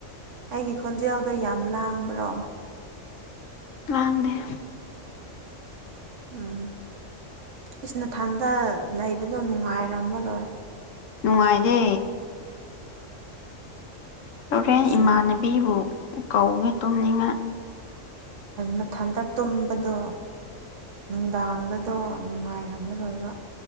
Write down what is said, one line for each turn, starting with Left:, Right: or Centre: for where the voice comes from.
Right: ꯑꯩꯒꯤ ꯈꯣꯟꯖꯦꯜꯗꯣ ꯌꯥꯝ ꯂꯥꯡꯕ꯭ꯔꯣ
Left: ꯂꯥꯡꯅꯦ
Right: ꯎꯝ ꯏꯁꯅꯊꯟꯗ ꯂꯩꯕꯗꯣ ꯅꯨꯡꯉꯥꯏꯔꯝꯃꯔꯣꯏ
Left: ꯅꯨꯡꯉꯥꯏꯗꯦ ꯍꯣꯔꯦꯟ
Right: ꯏꯁ
Left: ꯏꯃꯥꯟꯅꯕꯤꯕꯨ ꯀꯧꯒꯦ ꯇꯨꯝꯅꯤꯉꯥꯏ
Right: ꯃꯊꯟꯇ ꯇꯨꯝꯕꯗꯣ ꯅꯨꯡꯗꯥꯡꯗꯗꯣ ꯅꯨꯡꯉꯥꯏꯔꯝꯃꯔꯣꯏꯕ